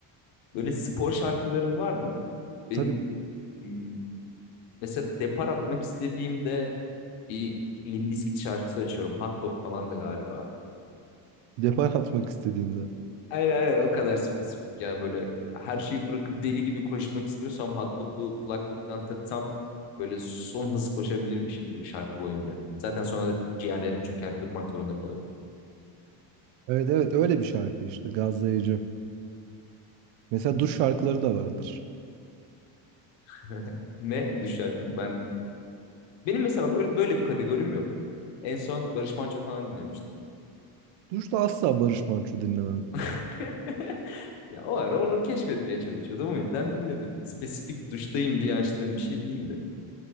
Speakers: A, on the left; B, on the right.
A: böyle spor şarkıların var mı? Benim
B: Tabii
A: m, mesela depar atmak istediğimde Bir Limp Bizkit şarkısı açıyorum. Hot Dog falan da galiba.
B: depar atmak istediğinde.
A: Aynen aynen o kadar spesifik ya böyle her şeyi bırakıp deli gibi koşmak istiyorsam Hot Dog'u kulaklıktan taksam böyle son hız koşabilirmişim gibi şarkı boyunca. Zaten sonra da ciğerlerim çöker durmak zorunda kalırım.
B: Evet evet öyle bir şarkı işte gazlayıcı. Mesela duş şarkıları da vardır.
A: <laughs> Ne bu şarkı? Ben benim mesela bak öyle böyle bir kategorim yok. En son Barış Manço falan dinlemiştim.
B: Duşta asla Barış Manço dinlemem.
A: <laughs> Ya o ara onu keşfetmeye çalışıyordum. O yüzden dinledim. Spesifik duştayım diye açtığım bir şey değildi.